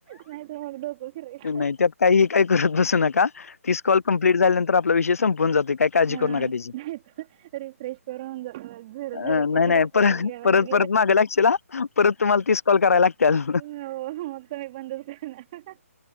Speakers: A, on the right; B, on the left.
A: नाहीत मग डोको फिरयच.
B: नाही त्यात काही काय करत बसू नका तीस कॉल कम्प्लीट झाल्यानंतर आपला विषय संपून जातोय काय काळजी
A: हा,
B: करू नका त्याची
A: नाही तर रिफ्रेश करून झालं झिरो
B: अं,
A: झिरो कल
B: नाही नाही
A: दाखवायला
B: परत
A: घ्यावा
B: परत
A: लागेल.
B: परत माग लागेचीला परत तुम्हाला तीस कॉल कराय लागतील.
A: हो मगं तुम्हीं मं बंदच करणारं